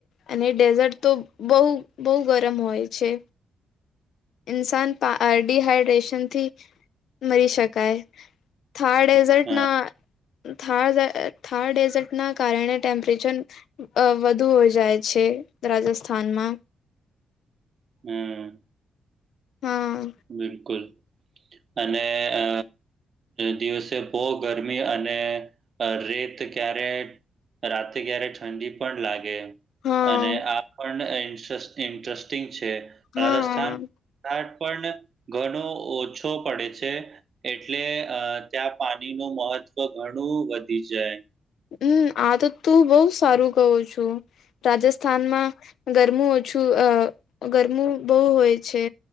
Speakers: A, on the left; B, on the right.
A: અને ડેઝર્ટ તો બહુ બહુ ગરમ હોય છે. ઇન્સાન ડડીહાઈડ્રેશન થી મરી શકાય થારડ ડટ
B: હા
A: થ થા ડેઝર્ટ ના કારણે ટેમ્પરેચર અ વધુ હોય જાય છે રાજસ્થાનમાં
B: હમ
A: હા
B: બિલકુલ અને અ દિવસે બહુ ગરમી અને રેત ક્યારે રાતે ક્યારે ઠંડી પણ લાગે
A: હા
B: અને આ પણ ઈન્ટ ઇન્ટરેસ્ટિંગ છે રાજસ્થાન
A: હા
B: ટાઢ પણ ઘણો ઓછો પડે છે. એટલે અ ત્યાં પાણી ન મહત્ત્વ ઘણું વધી જાય
A: હમ આ તો તું બહુ સારું કહો છું. રાજસ્થાનમાં ગરમું ઓછું અ ગરમું બહુ હોય છે.